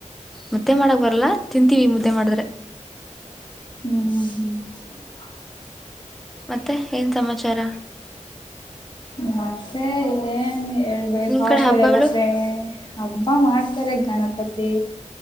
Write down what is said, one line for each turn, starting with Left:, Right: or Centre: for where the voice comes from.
Centre: ಮುದ್ದೆ ಮಾಡಕ್ ಬರಲ್ಲ ತಿಂತೀವಿ ಮುದ್ದೆ ಮಾಡಿದ್ರೆ
Left: ಹ್ಮ್ ಹ್ಮ ಹ್ಮ್
Centre: ಮತ್ತೆ ಏನ್ ಸಮಾಚಾರ
Left: ಮತ್ತ ಹೇಳ್ಬೇಕು
Centre: ನಿಮ್
Left: ಹಾಸ್ಟ್ಲಲ್
Centre: ಕಡೆ ಹಬ್ಬಗಳು
Left: ಎಲ್ಲ ಫ್ರೇ ಹಬ್ಬ ಮಾಡ್ತಾರೆ ಗಣಪತಿ